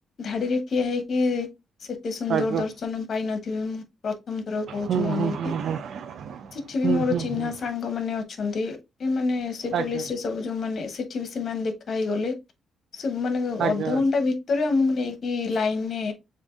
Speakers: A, on the left (about 55°); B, on the right (about 70°).
A: ଧାଡି଼ରେ ଠିଆ ହେଇକି ସେତେ ସୁନ୍ଦର
B: ଆଜ୍ଞା
A: ଦର୍ଶନ। ପାଇନଥିବେ ମୁଁ ପ୍ରଥମଥର କହୁଛି
B: ହୁଁ
A: ମଁ ଅନୁଭୂତି
B: ହୁଁ ହୁଁ ହୁଁ
A: ସେଠି ବି
B: ହୁଁ
A: ମୋର
B: ହୁଁ
A: ଚିହ୍ନା
B: ହୁଁ
A: ସାଙ୍ଗ ଙ୍ଗ ମାନେ ଅଛନ୍ତି ସେ ମାନେ ସେ
B: ଆଜ୍ଞା
A: ପୋଲିସ ରେ ସବୁ ଯୋଉ ମାନେ ସେ ଠି ବି ସେମାନେ ଦେଖା ହେଇଗଲେ ସେ ମାନେ
B: ଆଜ୍ଞା
A: ଅଧଘଣ୍ଟା ଭିତ ଭିତରେ ଆମକୁ ନେଇକି ଲାଇନରେ।